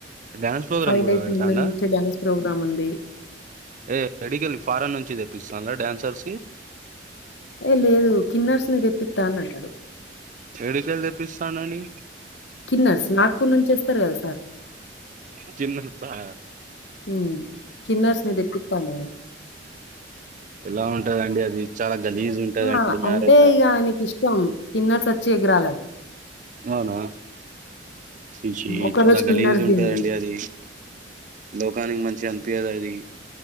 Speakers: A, on the right; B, on the left.
A: డ్యాన్స్ ప్రోగ్రామ్
B: ఫైవ్
A: కూడా
B: డేస్
A: పెడతాండా
B: ముందు నుంచే డ్యాన్స్ ప్రోగ్రామ్ ఉంది
A: ఏ ఎడికెళ్ళి ఫారెన్ నుంచి తెప్పిస్తళ్ళ డ్యాన్సర్స్ కి
B: ఏ లేదు కిన్నర్స్ ని తెెప్పిత్తా అన్నాడు ఆడు
A: ఎడికెళ్ళి తెప్పిస్తాడండి
B: కిన్నారు నాగపూర్ నుంచి వస్తారు కదా సార్
A: కిన్నార్స్ అ
B: మ్ కిన్నర్స్ ను తెప్పితాండే
A: ఎలా ఉంటదండి అది చాలా గలీజ్ ఉంటదండి
B: ఆ అంటే
A: మ్యారేజ్ లా
B: ఇగ ఆయనకు ఇష్టం కిన్నర్స్ వచ్చి ఎగరాలన్
A: అవునా చి చి
B: ఒక
A: చాలా
B: రోజు
A: గలీజ్
B: కిన్నర్స్
A: ఉంటదండి
B: ది ఉంది.
A: అది లోకానికి మంచిగనిపియదు అది